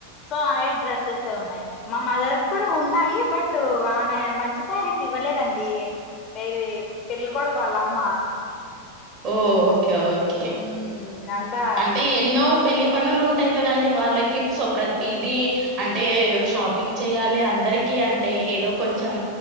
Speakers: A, on the left (about 30°); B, on the right (about 40°).
A: సో అయే డ్రెస్సెసే ఉన్నాయి. మా మదర్ కూడా ఉన్నాయి. బట్ టు ఆమె మంచి సారీస్ ఇవ్వలేదండి వేరె పెళ్ళికొడుకోవాలమ్మా
B: ఓ ఓకే ఓకే
A: మ్మ్ అంతా
B: అంటే ఎన్నో పెళ్ళి పనులు ఉంటాయి కదండి, వాళ్ళకి సో ప్రతిది అంటే షాపింగ్ చేయాలి. అంత్ అందరికి అంటే ఏదో కొంచెం